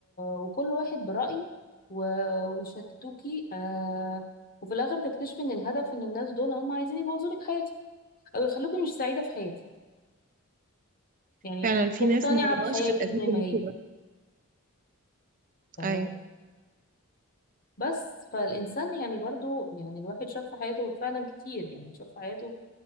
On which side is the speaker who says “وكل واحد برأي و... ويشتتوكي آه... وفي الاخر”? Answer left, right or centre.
Left